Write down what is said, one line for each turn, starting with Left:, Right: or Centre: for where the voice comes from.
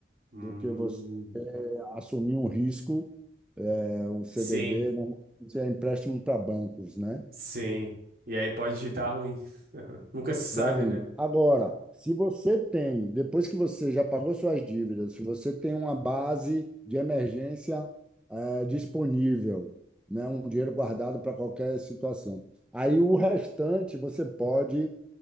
Right: Hum,
Centre: do que você assumir um risco, é, o CDB
Right: sim,
Centre: normalmente é empréstimo para bancos, né?
Right: sim. E aí pode dar ruim. <laughs> Nunca se sabe,
Centre: Dá ruim.
Right: né?
Centre: Agora, se você tem, depois que você já pagou suas dívidas, se você tem uma base de emergência é, disponível, né, um dinheiro guardado para qualquer situação, aí o restante você pode